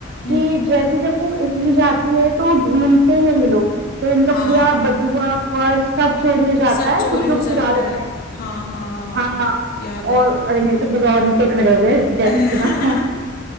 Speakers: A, on the left (about 45°); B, on the right (about 55°).
A: हम्म
B: कि जैसे जब वो इटली जाती है तो ढूंढते हैं ये लोग तो इनका
A: हाँ
B: पूरा बटुआ पर्स सब चोरी हो जाता
A: सब
B: है
A: चोरी
B: कुछ
A: हो
B: लोग
A: जाता
B: चुरा लेते
A: है
B: हैं
A: हाँ हाँ हाँ
B: हाँ
A: याद
B: और
A: है
B: अरे मेरे तो रोंगटे खड़े हो गए जैसे
A: <laughs> हम्म
B: सुना <laughs>